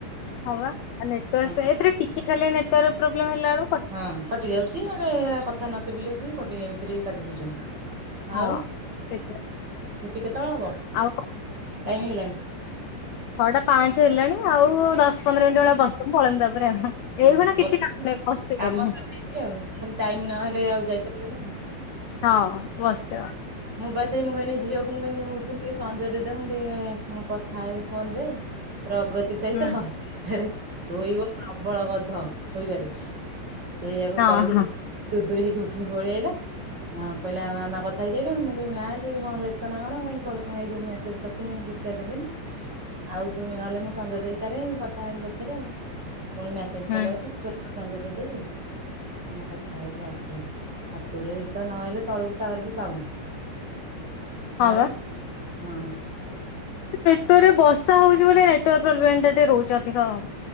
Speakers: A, on the left (about 80°); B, on the right (about 20°).
A: ହଁ ବା ନେଟୱାର୍କ
B: ହଁ
A: ସେଇଥିରେ ଟିକେ ଖାଲି ନେଟୱାର୍କ ପ୍ରୋବ୍ଲେମ ହେଲା ବେଳୁ
B: ହଁ କଟି ଯାଉଛି ଏଆଡେ କଥା ନ ଶୁଭିଲେ ବିକଟି ଏମିତିରେ କାଟି ଦଉଛନ୍ତି।
A: ହଁ
B: ଆଉ ଛୁଟି
A: ସେଥିପାଇଁ
B: କେତେବେଳେ ହବ?
A: ଆଉ କ
B: ଟାଇମି ହେଇଗଲାଣି।
A: ଛଅଟା ପାଞ୍ଚ ହେଲାଣି ଆଉ ଦଶ ପନ୍ଦର ମିନିଟ ଭଳିଆ ବସନ୍ତୁ ପଳେଇବେ ତା ପରେରେ ଆଉ।
B: ହଁ
A: ଏଇଖୁଣା କିଛି
B: ବସି
A: କାମ ନାହିଁ ବସିପାରିବି
B: କାମ ସରିଯାଇଛି ଆଉ ଖାଲି ଟାଇମ ନହେଲେ ଆଉ ଯାଇପାରିବନି ଆଉ।
A: ହଁ ବସଛ।
B: ମୁଁ ବା ସେଇ ମୁଁ କହିନି ଝିଅକୁ ମୁଁ କଇନି ଉଠନି ଟିକେ ସଞ୍ଜ ଦେଇଦବ ମୁଁ ଟିକେ ମୁଁ କଥା ହେବି ଫୋନ ରେ। ପ୍ରଗତି ସହିତ
A: ହୁଁ।
B: ଫେର ଶୋଇବ ପ୍ରବଳ ଗଧ ଶୋଇବାରେ। ସେଇୟାକୁ
A: ହଁ
B: କହିଥିଲି
A: ହଁ
B: ତୁ ଦୂର ହେଇକି ଉଠିଲି ପଳିଆଇଲା ଆଉ କହିଲା ମାମା କଥା ହେଇ ସାଇଲୁଣି ମୁଁ କହି ନାଁ ସେ କଣ ବ୍ୟସ୍ତ ନା କଣ କାଇଁ କଲ୍ କଉ ମେସେଜ୍ କରିଥିଲି ରିପ୍ଲାଏ ଦେଲେନି। ଆଉ ତୁ ନହେଲେ ମୁଁ ସଞ୍ଜୟ ଦେଇ ସାର କଥା ହେମି ପଛରେ ଆଉ ପୁଣି ମେସେଜ
A: ହୁଁ
B: କଲେ ସଞ୍ଜ ଦେଇଦବୁ? ମୁଁ କଥା ହେଇକି ଆସେ ଛାତରେ ତ ନହଲେ ତଳକୁ ଟାୱାର ବି ପାଉନି
A: ହଁ
B: ଆଉ
A: ବା।
B: ହୁଁ।
A: <unintelligible> ବର୍ଷା ହଉଛି ବୋଲି ନେଟୱାର୍କ ପ୍ରୋବ୍ଲେମ ଏମଟା ଟିକେ ରହୁଛି ଅଧିକ ଆଉ।